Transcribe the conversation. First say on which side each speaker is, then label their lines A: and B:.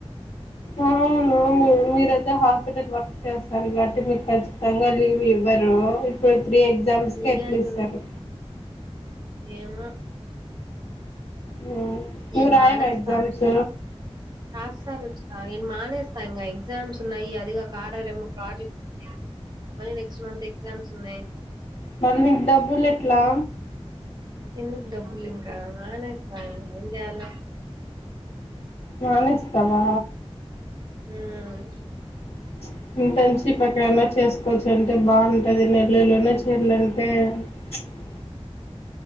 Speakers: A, on the left; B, on the right.
A: ఆ ఆ మీరైతే హాస్పిటల్ వర్క్ చేస్తారు కాట్టి మీకు ఖచ్చితంగా లీవ్ ఇవ్వరు ఇప్పుడు అంటే ఎగ్జామ్స్
B: లియరు
A: కి అట్లా ఇస్తారు
B: ఏమో
A: మ్మ్.
B: నేను
A: నువ్వు రాయవా
B: మానేస్తా
A: ఎగ్జామ్స్
B: <unintelligible> నేను మానేస్తా ఇంగ ఎగ్జామ్స్ ఉన్నాయి అదిగా ఆర్ ఆర్ ఏం ప్రాజెక్ట్ ఉంది మళ్ళీ నెక్స్ట్ మంత్ ఎగ్జామ్స్ ఉన్నాయి.
A: మళ్ళి నీకు డబ్బులు ఎట్లా
B: ఎందుకు డబ్బులు ఇంకా మానేస్తాను ఇంగయాల
A: మానేస్తావా
B: ఉమ్
A: <unintelligible> ఇంట్రన్ షిప్ ఎక్కడన్నా చేసుకోవచ్చు అంటే బాగుంటది నెల్లలైనా చేయాలంటే <unintelligible>